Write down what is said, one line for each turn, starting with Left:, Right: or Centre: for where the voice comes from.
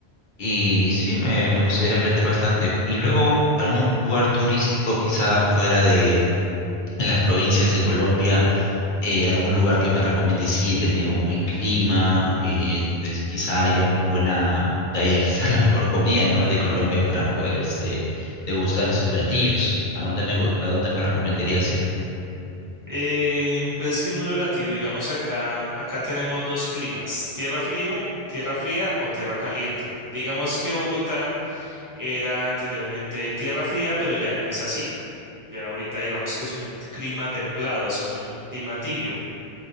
Left: Y sí, me, me gustaría aprender bastante. Y luego, algún lugar turístico quizá fuera de de las provincias de Colombia eh, algún lugar que me recomiendes ir, que tenga un buen clima, eh, donde es- quizá haya muy buena, de ahí a quizá la mejor comida, ¿no? De Colombia para poder este, degustar esos platillos. ¿A dónde me, gu- a dónde me recomendarías ir?
Right: Eh, pues es que es muy relativo. Digamos, acá, acá tenemos dos climas, tierra frío, tierra fría o tierra caliente. Digamos que Bogotá Era anteriormente tierra fría, pero ya no es así. Ya ahorita digamos que es un clima templado, es un clima tibio.